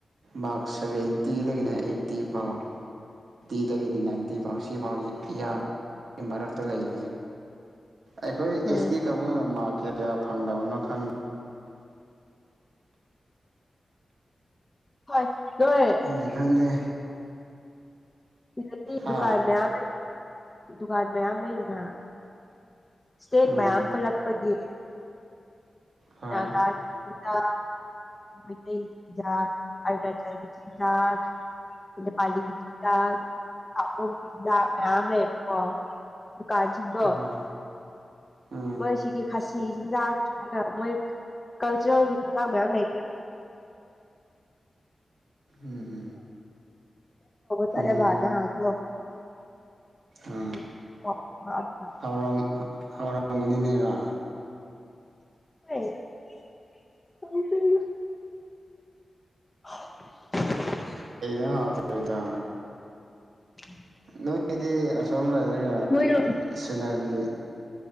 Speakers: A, on the right; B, on the left.
A: ꯃꯥꯔꯛꯁ ꯁꯚꯦꯟꯇꯤꯗꯒꯤꯅ ꯑꯩꯠꯇꯤ ꯐꯥꯎ ꯑꯩꯠꯇꯤꯗꯒꯤꯗꯤ ꯅꯥꯏꯟꯇꯤ ꯐꯥꯎ ꯁꯤꯐꯥꯎ ꯌꯥꯝꯃꯤ ꯃꯔꯛꯇ ꯂꯩꯔꯤꯁꯦ ꯑꯩꯈꯣꯏ ꯑꯦꯁ
B: ꯑꯥ
A: ꯇꯤ ꯀꯥꯡꯕꯨꯅ ꯃꯥꯔꯛ ꯀꯌꯥ ꯀꯌꯥ ꯐꯪꯅꯕꯅꯣ ꯈꯪꯗꯦ
B: ꯍ ꯂꯣꯏ
A: ꯈꯪꯗꯦ ꯈꯪꯗꯦ
B: ꯁꯤꯗꯤ
A: ꯍꯥ
B: ꯗꯨꯀꯥꯟ ꯃꯌꯥꯝ ꯂꯩ ꯗꯨꯀꯥꯟ ꯃꯌꯥꯝ ꯂꯩꯗꯅ ꯁꯇꯦꯠ
A: ꯎꯝ
B: ꯃꯌꯥꯝ ꯄꯨꯂꯛꯄꯒꯤ
A: ꯍꯣꯏ
B: ꯀꯒꯥꯗ ꯃꯇꯩ ꯑꯜꯇ꯭ꯔꯥ ꯆꯥꯏ ꯒ ꯄꯜꯂꯤꯒꯤ ꯆꯤꯟꯗꯥꯛ ꯆꯤꯟꯖꯥꯛ ꯃꯌꯥꯝ ꯂꯩꯦꯄꯣ ꯑꯗꯨ ꯀꯥꯖꯤꯡꯒꯣ
A: ꯎꯝ ꯎꯝ
B: ꯃꯣꯏꯁꯤꯒꯤ ꯈꯥꯁꯤ ꯆꯤꯟꯖꯥꯛ ꯁꯨꯥꯏꯅ ꯃꯣꯏ ꯀꯜꯆꯔꯦꯜ ꯀ ꯃ ꯃ
A: ꯎꯝ
B: ꯆꯔꯦ
A: ꯎꯝ
B: ꯕꯥꯅ ꯑꯥꯟꯗꯣ
A: ꯑꯥ
B: ꯎꯝꯗ
A: ꯍꯥꯎꯔꯝ ꯍꯥꯎꯔꯝꯒꯅꯤꯅꯦꯀꯣ
B: ꯍꯗ <inaudible>
A: ꯀ ꯍ ꯐꯔꯤꯗ
B: <inaudible>
A: ꯅꯣꯏꯒꯤꯗꯤ ꯑꯁꯣꯝ ꯂꯩꯔꯒ
B: ꯃꯣꯏꯗꯣ
A: ꯁꯤꯅꯔꯤ